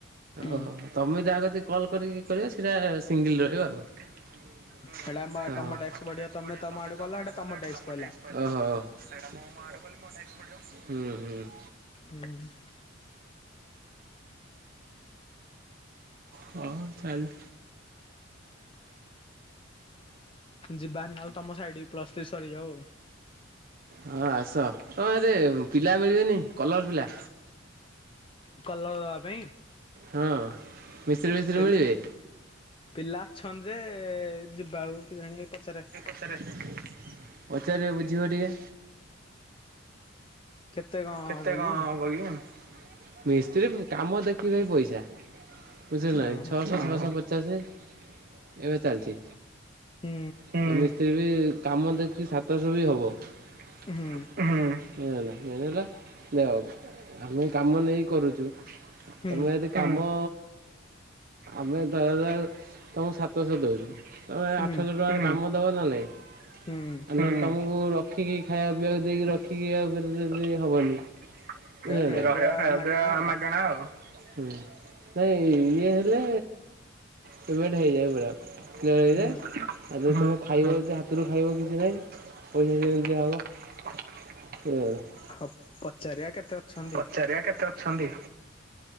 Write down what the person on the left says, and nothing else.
ହୁଁ।
ହେଟା ମ
ଟ୍ୟାକ୍ସ
ବଢିବ
ଆଡୁ
ହେଟା
ଟ୍ୟାକ୍ସ
ପଇଲା।
ହୁଁ।
ଯିବା ଭାରି ନାହେଲେ ତମ ସାଇଡି କୁ ପ୍ଲସ୍ ଥ୍ରୀ ସରିଯାଉ।
କଲର ଦବା ପାଇଁ
ପିଲ୍
ପିଲା ଅଛନ୍ତି ଯେ ଯିବାକୁ କେଜାଣି ପଚାରେ।
କେତେ କଣ
କି?
ଓହୋ
ହୁଁ।
ହୁଁ
ହୁଁ
ହୁଁ
ହୁଁ
ଖାଇବା
ମାଗଣା
ଆଉ
ହୁଁ
ହଉ ପଚାରିବା କେତେ ଅଛନ୍ତି?